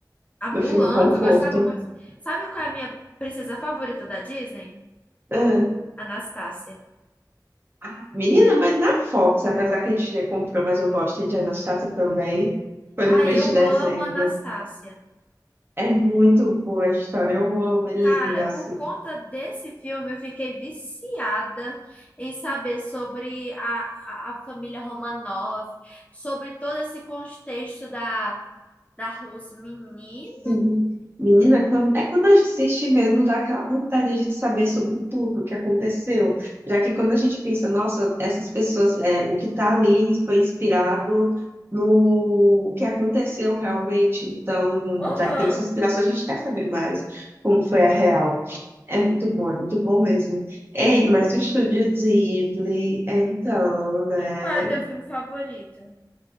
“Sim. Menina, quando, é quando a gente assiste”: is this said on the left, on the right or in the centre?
Right